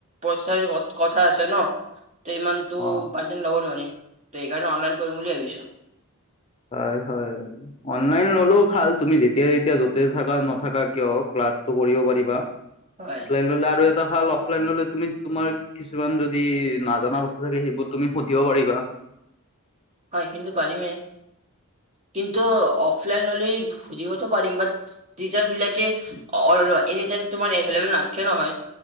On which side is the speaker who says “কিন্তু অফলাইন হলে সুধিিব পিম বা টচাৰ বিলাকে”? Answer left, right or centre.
Right